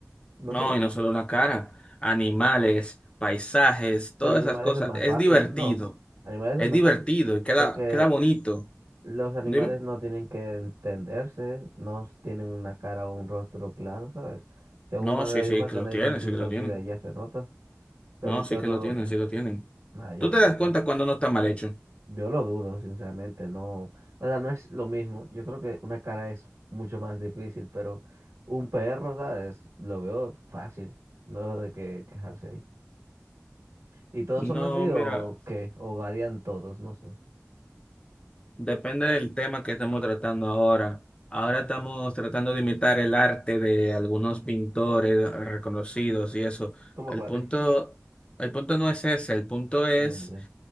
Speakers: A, on the right (about 80°); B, on the left (about 20°).
A: No
B: No,
A: sé,
B: y no solo una cara, animales, paisajes, todas
A: pero animales
B: esas cosas.
A: es más
B: Es
A: fácil,
B: divertido,
A: no, animales
B: es
A: es más
B: divertido
A: fácil,
B: y queda,
A: porque
B: queda bonito.
A: los animales
B: Dime.
A: no tienen que entenderse, no tienen una cara o un rostro claro, ¿sabes? Si a un
B: No,
A: humano
B: sí,
A: le
B: sí,
A: dibujas
B: que
A: la
B: lo
A: nariz
B: tienen,
A: un chin
B: sí que lo
A: torcida
B: tienen.
A: y ya se nota, pero
B: No,
A: un
B: sí
A: perro,
B: que lo tienen,
A: l-
B: sí lo tienen.
A: nada, yo
B: ¿Tú
A: lo
B: te
A: dudo.
B: das cuenta cuando no está mal hecho?
A: Yo lo dudo, sinceramente, no, o sea, no es lo mismo. Yo creo que una cara es mucho más difícil, pero un perro, ¿sabes? Lo veo fácil, no veo de qué quejarse ahí. ¿Y todos son
B: No,
A: así
B: mira.
A: o qué? ¿O varían todos? No sé.
B: Depende del tema que estamos tratando ahora. Ahora estamos tratando de imitar el arte de algunos pintores reconocidos y eso.
A: ¿Cómo
B: El
A: cuáles?
B: punto, el punto no es ese, el punto es
A: Ah, ya.